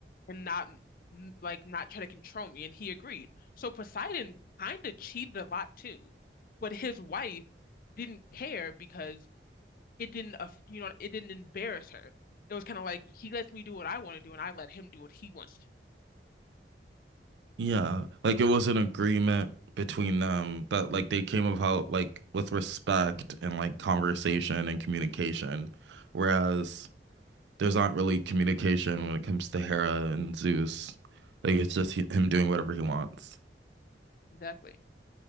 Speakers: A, on the left; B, on the right.
A: and not mm, like not try to control me. And he agreed. So Poseidon kind of cheated a lot too, but his wife didn't care because it didn't, aff- you know, it didn't embarrass her. It was kind of like he lets me do what I want to do, and I let him do what he wants to.
B: Yeah, like it was an agreement between them that like they came about like with respect and like conversation and communication, whereas there's not really communication when it comes to Hera and Zeus. Like it's just he- him doing whatever he wants.
A: Exactly.